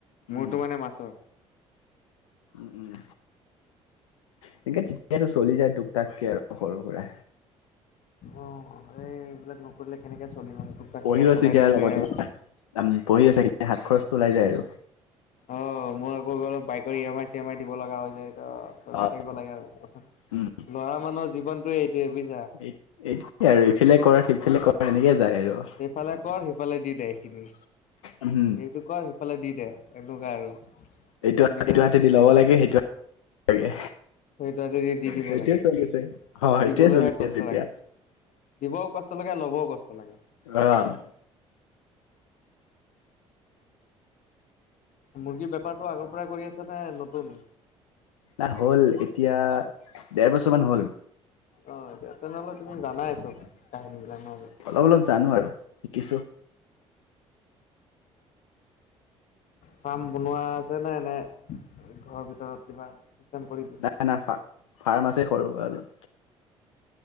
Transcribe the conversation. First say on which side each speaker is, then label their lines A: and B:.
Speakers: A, on the left (about 80°); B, on the left (about 50°).
A: উম
B: মোৰতো মানে মাছৰ।
A: উম উম এনেকে ঠিকে আছে চলি যায় টোক তাককে আৰু সৰু সুৰা।
B: অ' এই এইবিলাক নকৰিলে কেনেকে চলিম আৰু তোক-তাক
A: পঢ়িও
B: কে
A: আছো
B: চলাই
A: এতিয়া
B: থাকিব
A: লগতে
B: লাগে আও।
A: পঢ়ি আছে হাত খৰচটো ওলাই যায় আৰু।
B: অ', মোৰ আকৌ অলপ বাইকৰ ইএমাৰ চিয়েমাৰ দিব লগা হৈ যায়। অ চলাই
A: অ
B: থাকিব লাগে আৰু
A: উম
B: লৰা মানুহৰ জীৱনতো এইটোয়ে বুইজ
A: এইট এইটে আৰু ইফালে কৰ সিফালে কৰ এনেকে যায় আৰু।
B: সিফালে কৰ সিফালে দি দে এইখিনি।
A: উমহু।
B: টো কৰ সিফালে দি দে এনকুৱা আৰু।
A: এইটো
B: নিজৰ
A: এইটো হাতেদি
B: গাত একোৱে
A: ল'ব
B: নহয়।
A: লাগে সেইটো লাগে।
B: সেইটো হতে দি দিব
A: সেইটোৱে
B: লাগে
A: চলিছে অ সেইটোৱে
B: দিবলৈহে
A: চলি
B: কষ্ট
A: আছে এতিয়া
B: লাগে। দিবও কষ্ট লাগে লবও কষ্ট লাগে।
A: অ'।
B: মুৰ্গীৰ বেপাৰটো আগৰ পৰাই কৰি আছ নে নতুন।
A: তা হ'ল এতিয়া দেৰ বছৰ মান হ'ল।
B: অঁ', যা তেনেহলে তুমি জানাই চব কাহিনীবিলাক ন।
A: অলপ অলপ জানো আৰু শিকিছো।
B: ফাৰ্ম বনোৱা আছে নে এনে ঘৰৰ ভিতৰত কিবা। কাম কৰি দিছা।
A: নাই না ফাৰ্ম আছে সৰু অলপ